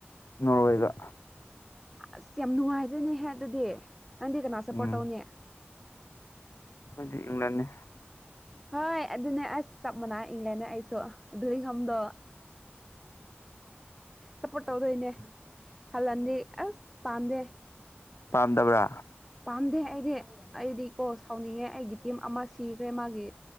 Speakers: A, on the left; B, in the centre.
A: ꯅꯣꯔꯋꯦꯒ
B: ꯑꯁ ꯌꯥꯝ ꯅꯨꯡꯉꯥꯏꯗꯣꯏꯅꯦꯍꯦ ꯑꯗꯨꯗꯤ ꯅꯪꯗꯤ ꯀꯅꯥ ꯁꯞꯄꯣꯔꯠ
A: ꯎꯝ
B: ꯇꯧꯅꯦ
A: ꯈꯣꯏꯗꯤ ꯏꯪꯂꯦꯟꯅꯤ
B: ꯍꯣꯏ ꯑꯗꯨꯅꯦ ꯑꯁ ꯆꯞ ꯃꯅꯩ ꯏꯪꯂꯦꯟꯅꯦ ꯑꯩꯁꯨ ꯑꯗꯨꯏꯍꯝꯗꯣ ꯁꯞꯄꯣꯔꯠ ꯇꯧꯗꯣꯏꯅꯦ ꯍꯜꯂꯟꯗꯤ ꯑꯁ ꯄꯥꯝꯗꯦ
A: ꯄꯥꯝꯗꯕ꯭ꯔꯥ
B: ꯄꯥꯝꯗꯦ ꯑꯩꯗꯤ ꯑꯩꯗꯤ ꯀꯣ ꯁꯥꯎꯅꯤꯡꯉꯦ ꯑꯩꯒꯤ ꯇꯤꯝ ꯑꯃ ꯁꯤꯈ꯭ꯔꯦ ꯃꯥꯒꯤ